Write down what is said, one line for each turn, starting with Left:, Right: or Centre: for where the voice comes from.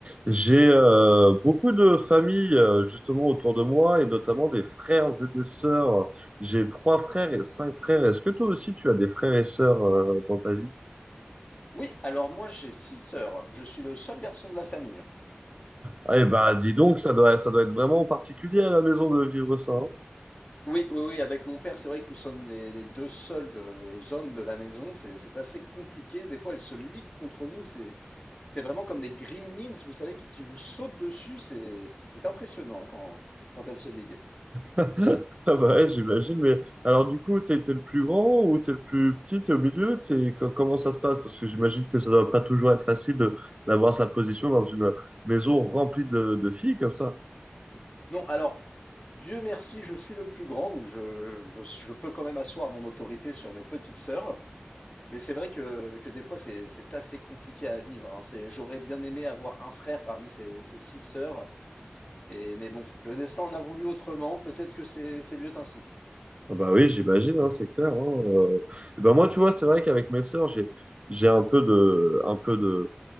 Right: J'ai euh,
Left: Ou-
Right: beaucoup de familles euh, justement autour de moi et notamment des frères et des sœurs. J'ai trois frères et cinq frères. Est-ce que toi aussi tu as des frères et sœurs euh, dans ta vie?
Left: Oui, alors moi j'ai six sœurs. Je suis le seul garçon de la famille.
Right: Ah, eh ben, dis donc, ça doit, ça doit être vraiment particulier à la maison de vivre ça. hein.
Left: Oui, oui, oui, avec mon père, c'est vrai que nous sommes les, les deux seuls euh, hommes de la maison. C'est, c'est assez compliqué. Des fois, elles se liguent contre nous. C'est, c'est vraiment comme des gremlins, vous savez, qui, qui vous sautent dessus. C'est, c'est impressionnant hein, quand, quand elles se liguent.
Right: <laughs> Ah bah ouais, j'imagine. Mais alors du coup, t'es, t'es le plus grand ou t'es le plus petit? T'es au milieu? T'es, co- comment ça se passe? Parce que j'imagine que ça doit pas toujours être facile de, d'avoir sa position dans une maison remplie de, de filles comme ça.
Left: Non, alors, Dieu merci, je suis le plus grand, donc je, je, je peux quand même asseoir mon autorité sur mes petites sœurs. Mais c'est vrai que, que des fois, c'est c'est assez compliqué à vivre. hein. C'est, j'aurais bien aimé avoir un frère parmi ces, ces six sœurs. Et, mais bon, le destin en a voulu autrement. Peut-être que c'est c'est mieux ainsi.
Right: Ah Bah oui, j'imagine, hein, c'est clair. hein, euh. Et ben moi, tu vois, c'est vrai qu'avec mes sœurs, j'ai j'ai un peu de un peu de